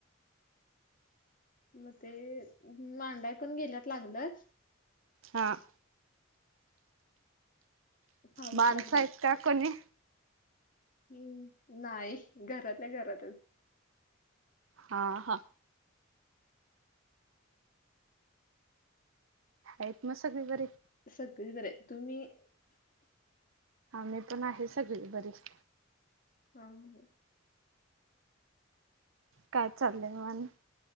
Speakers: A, on the left (about 40°); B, on the right (about 75°).
A: मग ते नांदाय पण गेल्यात लागल.
B: हां.
A: पाऊस
B: माणसयेत
A: लागलाय.
B: का कोणी.
A: हम्म नाही घरातल्या घरातच.
B: हा हा. आहेत म सगळी बरी.
A: सगळी बरी आहे तुम्ही.
B: आम्ही पण आहे सगळी बरीच.
A: हा.
B: काय चाललंय मआणि